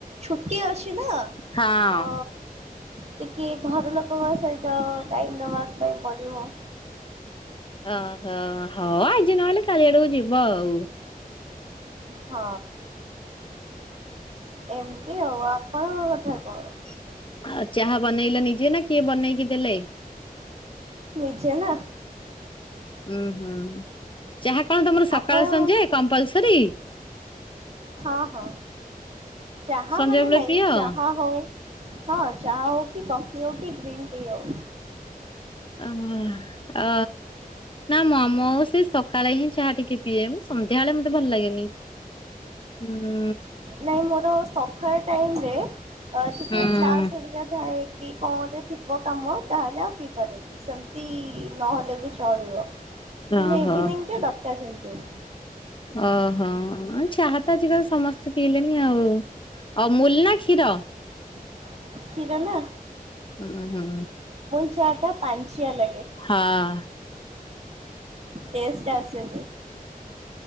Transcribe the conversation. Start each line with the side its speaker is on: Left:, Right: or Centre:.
Right: ଛୁଟି ଅଛି ନା
Left: ହଁ
Right: ତ ଟିକେ ଘର ଲୋକଙ୍କ ସହିତ ଟାଇମ ନବା ପାଇଁ ପଡିବ।
Left: ଓହୋ ହୋଉ ଆଜି ନହେଲେ କାଲି ଆଡକୁ ଯିବ ଆଉ।
Right: ହଁ। ଏମିତି ଆଉ ଆପଣଙ୍କ କଥା କଣ?
Left: ଆଉ ଚାହା ବନେଇଲା ନିଯେ ନା କିଏ ବନେଇକି ଦେଲେ।
Right: ନିଯେ ନା।
Left: ଉୁଁ ହୁଁ ଚାହା କଣ ତମର ସକାଳ
Right: ଆପଣ
Left: ସଞ୍ଯା କମ୍ପଲସରୀ?
Right: ହଁ ହଁ ଚାହା
Left: ସଞ୍ଜବେଳେ
Right: ମାନେ ନାହିଁ
Left: ପିଅ?
Right: ଚାହା କୁ ହଁ ଚାହା ହୋଉ କଫି ହୋଉ କି ଗ୍ରୀନ୍ ଟି ହୋଉ।
Left: ଓ ଓ ନା ମମୋ ଆଉ ସେ ସକାଳେ ହିଁ ଚାହା ଟିକେ ପିଏ ସନ୍ଧ୍ୟାବେଳେ ମତେ ଭଲ ଲାଗେନି। ହୁଁ।
Right: ନାଇଁ ମୋର ସକାଳ ଟାଇମରେ ଯେତେବେଳେ
Left: ହୁଁ
Right: କ୍ଲାସ୍ ହାରିକା ଥାଏ। କି କଣ ଗଟେ ଥିବ କାମ ତାହଲେ ଆଉ ପିଇପାରେନି ସେମିତି ନହେଲେ ବି ଚଳିବ। କିନ୍ତୁ
Left: ଓହୋ।
Right: ଇଭିନିଂ ଦରକାର <unintelligible>
Left: ଓହୋ ଚାହା ତ ଆଜିକାଲି ସମସ୍ତ ପିଇଲେଣି ଆଉ ଆଉ ଅମୁଲ ନା କ୍ଷୀର?
Right: <unintelligible> ନା
Left: ହୁଁ ହୁଁ।
Right: ଟ ପାଞ୍ଚଆ ଲାଗେ,
Left: ହଁ
Right: ଟେଷ୍ଟ୍ ଆସେନି।